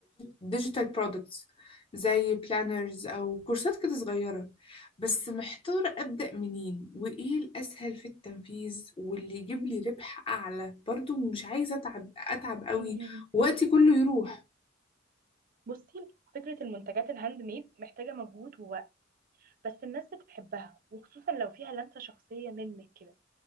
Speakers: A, on the left; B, on the right.
A: ديجيتال برودكتس زي بلانرز او كورسات كده صغيره بس محتاره ابدا منين وايه الاسهل في التنفيذ واللي يجيب لي ربح اعلى برضو مش عايزه اتعب اتعب قوي
B: مم.
A: وقتي كله يروح
B: بصي فكرة المنتجات الهاند ميد محتاجة مجهود ووقت بس الناس بتحبها وخصوصا لو فيها لمسة شخصية منك كده